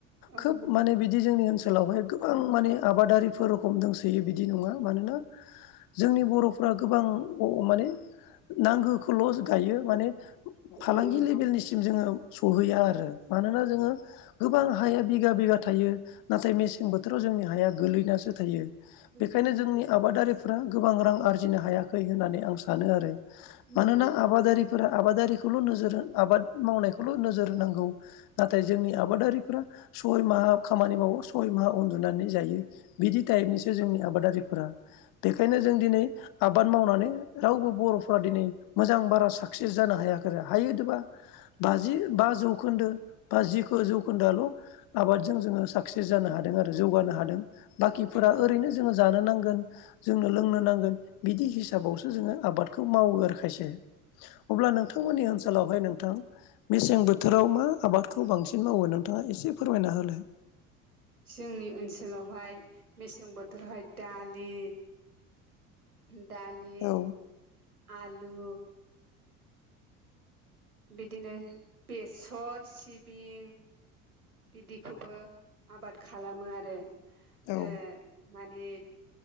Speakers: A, on the right; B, on the left.
A: औ
B: खोब
A: नोंथां
B: माने बि बिदि जोंनि ओनसोलावहाय गोबां माने आबादारिफोर रखम दंसोयो बिदि नङा मानोना जोंनि बर'फ्रा गोबां माने नांगौखौल' गायो माने फालांगि
A: औ नोंथां
B: लेभेलनिसिम जोङो सहैया आरो मानोना जोङो गोबां हाया बिगा बिगा थायो नाथाय मेसें बोथोराव जोंनि हाया गोलैनासो थायो।
A: नंगौ
B: बेखायनो जोंनि आबादारि फोरा गोबां रां आरजिनो हायाखै होननानै आं सानो आरो
A: नंगौ
B: मानोना आबादारि फोरा आबादारिखौल' नोजोर आबाद मावनायखौल' नोजोर होनांगौ। नाथाय जोंनि आबादारिफोरा सय माहा खामानि मावो सय माहा उन्दुनानै जायो। बिदि टाइपनिसो जोंनि आबादारिफोरा। बेखायनो जों दिनै आबाद मावनानै रावबो बर'फोरा दिनै मोजां बारा साक्सेस जानो हायाखै हायोदबा बाजि बा जौखोन्दो बा जि जौखोन्दोआल' आबादजों जोङो साक्सेस जानो हादों आरो जौगानो हादों बाखिफोरा
A: औ नंगौ
B: ओरैनो जोङो जानो नांगोन जोंनो लोंनो नांगोन बिदि हिसाबावसो जोङो आबादखौ मावो आरो खायसे अब्ला नोंथांमोननि ओनसोलावहाय नोंथां मेसें बोथोराव मा आबाद खौ बांसिन मावो नोंथाङा एसे फोरमायना होलाय।
A: जोंनि ओनसोलावहाय मेसें बोथोरावहाय दालि। दालि
B: औ
A: आलु बिदिनो बेसर सिबिं बिदिखौबो आबाद खालामो आरो ओ
B: औ
A: मानि